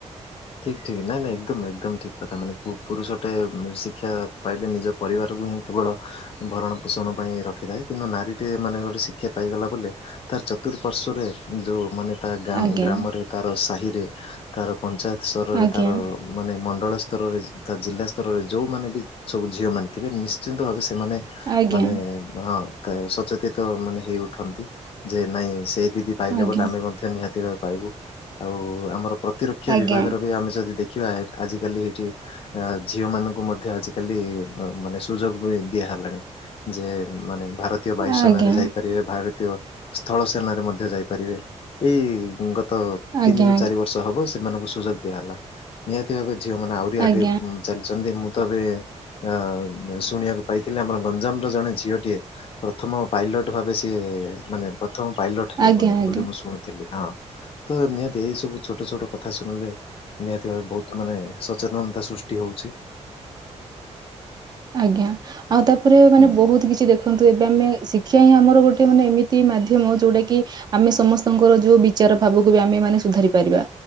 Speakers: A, on the left; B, on the right.
A: ଠିକ ଠିକ ନାଇଁ ନାଇଁ ଏକଦମ ଏକଦମ ଠିକ କଥା ମାନେ ପୁ ପୁରୁଷଟେ ଉଁ ଶିକ୍ଷା ପାଇଲେ ନିଜ ପରିବାର। କୁ ହିଁ କେବଳ ଭରଣ ପୋଷଣ ପାଇଁ ରଖିଥାଏ କିନ୍ତୁ ନାରୀ ଟିଏ ମାନେ ଗୋଟେ ଶିକ୍ଷା ପାଇଗଲା ବୋଲି ତା ଚତୁର୍ପାଶ୍ୱରେ ଯଉ ମାନେ। ତା ଗା
B: ଆଜ୍ଞା
A: ଗ୍ରାମରେ ତାର ସାହିରେ ତାର ପଞ୍ଚାୟତ ସ୍ତରରେ
B: ଆଜ୍ଞା
A: ତାର ମାନେ ମ ଣ୍ଡଳ ସ୍ତରରେ ତା ଜିଲ୍ଲା ସ୍ତରରେ ଯଉମାନେ ବି ସବୁ ଝିଅମାନେ ଥିବେ ନିଶ୍ଚିନ୍ତ ଭାବେ ସେ ସେମାନେ
B: ଆଜ୍ଞା
A: ମାନେ ମାଉଁ। କା ସଚେତିତ ମାନେ ହେଇଉଠନ୍ତି ଯେ ନାଇଁ ସେଇ ଦିଦି ପାଇଲେ
B: ଆଜ୍ଞା
A: ବୋଲି ଆମେ ମଧ୍ୟ ନିହାତି ଭା ପାଇବୁ ଆଉ ଆମର ପ୍ରତିରକ୍ଷା
B: ଆଜ୍ଞା
A: ବିଭାଗର ବି ଆମେ ଯଦି ଦେ ଖିବା ଆଜିକାଲି ସେଇଠି ଅ ଝିଅ ମାନଙ୍କୁ ମଧ୍ୟ ଆଜିକାଲି ଅ ମାନେ ସୁଯୋଗ ବି ଦିଆ ହେଲାଣି ଯେ ମାନେ ଭାରତୀୟ ବାୟୁସେନାରେ
B: ଆଜ୍ଞା
A: ଯାଇପାରିବେ ଭା ଥିବ ସ୍ଥଳ ସେନାରେ ମଧ୍ୟ ଯାଇପାରିବେ ଏଇ ଗତ
B: ଆଜ୍ଞା ଆଜ୍ଞା
A: ତିନିରୁ
B: ଆଜ୍ଞା
A: ଚାରି ବର୍ଷ ହବ ସେମାନଙ୍କୁ ସୁଯୋଗ ଦିଆହେଲା ନିହାତି ଭାବେ ଝିଅ ମାନେ ଆହୁରି
B: ଆଜ୍ଞା
A: ଆଗେ ଉଁ ଚାଲିଛନ୍ତି ମୁଁ ତ ଏବେ। ଅ ମ ଶୁଣିବାକୁ ପାଇଥିଲେ ଆମର ଗଞ୍ଜାମର ଜଣେ ଝିଅଟିଏ ପ୍ରଥମ ପାଇଲଟ ଭାବେ ସିଏ। ଏ ମାନେ ପ୍ର ଥମ ପାଇଲଟ ହେଲେ
B: ଆଜ୍ଞା
A: ପୁଣି
B: ଆଜ୍ଞା।
A: ବୋଲି ମୁଁ ଶୁଣୁଥିଲି ହଁ ତ ନିହାତି ଏଇ ସବୁ ଛୋଟ ଛୋଟ କଥା ଶୁଣିଲେ ନିହାତି ଭାବେ ବହୁତ ମାନେ ସଚେତନତା ସୃଷ୍ଟି ହଉଛି।
B: ଆଜ୍ଞା ଆଉ ତାପରେ ମାନେ
A: ହୁଁ
B: ବହୁତ କିଛି ଦେଖନ୍ତୁ ଏବେ ଆମେ। ଶିକ୍ଷା ହିଁ ଆମର ଗୋଟେ ମାନେ ଏମିତି ମାଧ୍ୟମ ଯୋଉଟା କିି ଆମେ ସମସ୍ତଙ୍କର ଯୋଉ ବିଚାର ଭାବକୁ ବି ଆମେ। ମାନେ ସୁଧାରି ପାରିବା